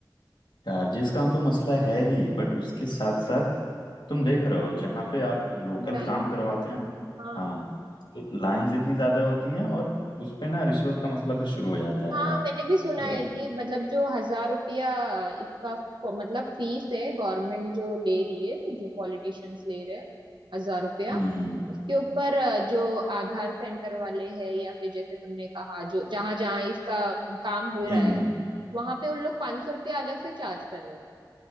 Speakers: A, on the left; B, on the right.
A: चार्जेस का तो मसला है ही बट उसके साथ साथ तुम देख रहे हो जहाँ पे आप लोकल
B: लाइन
A: काम
B: बहुत
A: करवाते हैं ना
B: हाँ
A: हाँ तो लाइंस इतनी ज्यादा होती हैं और उस पे ना रिश्वत का मसला फिर शुरू हो जाता है
B: हाँ
A: यार
B: मैंने भी सुना
A: क्या
B: है
A: बात?
B: कि मतलब जो हजार रुपया इसका फ- मतलब फीस है गवर्नमेंट जो ले रही है जो पॉलिटिशियंस ले रहे हैं हजार रुपया
A: हम्म
B: उसके ऊपर अ, जो आधार सेंटर वाले हैं या फिर जैसे तुमने कहा जो जहां जहां इसका काम हो
A: हम्म
B: रहा है वहां पे उन लोग पांच सौ रुपया अलग से चार्ज कर रहे हैं